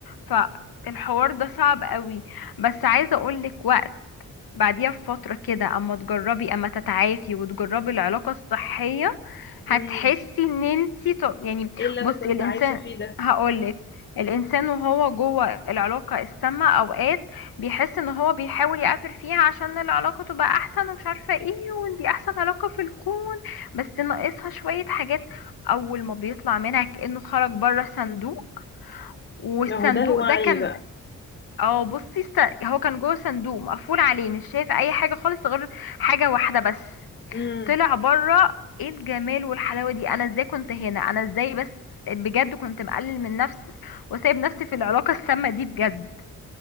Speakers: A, on the left; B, on the left.
A: فالحوار ده صعب قوي بس عايزه اقول لك بعديها بفترة كده اما تجربي اما تتعافي وتجربي العلاقة الصحية هتحسي
B: امم
A: ان انتي ط- يعني
B: ايه اللي
A: بصي
B: انا كنت
A: الانسان
B: عايشة فيه ده
A: هقولك الانسان وهو جوه العلاقة السامة اوقات بيحس ان هو بيحاول يعافر فيها عشان العلاقة تبقى احسن ومش عارفة ايه وان دي احسن علاقة في الكون بس ناقصها شوية حاجات اول ما بيطلع منها كأنه خرج بره صندوق والصندوق
B: ما هو ده الوعي
A: ده كان
B: بقى
A: اه بصي است... هو كان جوه صندوق مقفول عليه مش شايف اي حاجه خالص غير حاجه واحده بس
B: امم
A: طلع بره ايه الجمال والحلاوه دي انا ازاي كنت هنا انا ازاي بس بجد كنت مقلل من نفسي وسايب نفسي في العلاقه السامه دي بجد